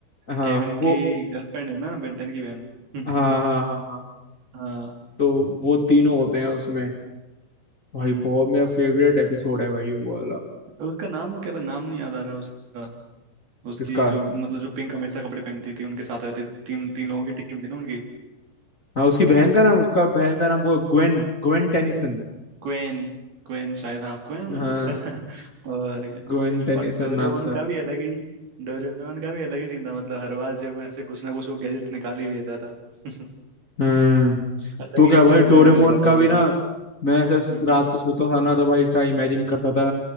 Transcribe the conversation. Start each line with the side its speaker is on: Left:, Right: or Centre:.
Left: हाँ
Right: केविन
Left: वो
Right: की गर्लफ्रेंड है ना बेंटन की बहन <laughs>
Left: हाँ हाँ हाँ हाँ
Right: हाँ
Left: तो वो तीनों होते हैं उसमें भाई
Right: हम्म
Left: बहुत मेरा फेवरेट एपिसोड है भाई वो वाला
Right: और उसका नाम क्या था नाम नहीं याद आ रहा उसका उसकी
Left: किसका
Right: जो मतलब जो पिंक हमेशा कपड़े पहनती थी उनके साथ रहती थी तीन तीन लोगों की टीम थी ना उनकी
Left: हाँ उसकी बहन का नाम उसका बहन का नाम वो ग्वेन ग्वेन टेनिसन
Right: क्वेन क्वेन शायद हाँ क्वेन
Left: हाँ
Right: <laughs> और क्या
Left: ग्वेन टेनिसन
Right: और डोरेमोन
Left: नाम था
Right: का भी अलग ही डोरेमोन का भी अलग ही सीन था मतलब हर बार जो मैं से कुछ ना कुछ वो गैजेट निकाल ही देता था <laughs>
Left: हम्म
Right: अलग
Left: तो
Right: ही
Left: क्या भाई
Right: मतलब
Left: डोरेमोन
Right: दुनिया में ले आता
Left: का
Right: है
Left: भी
Right: वो
Left: ना
Right: भी
Left: मैं ऐसा
Right: हम्म
Left: रात को सोता था ना तो भाई ऐसा इमेजिन करता था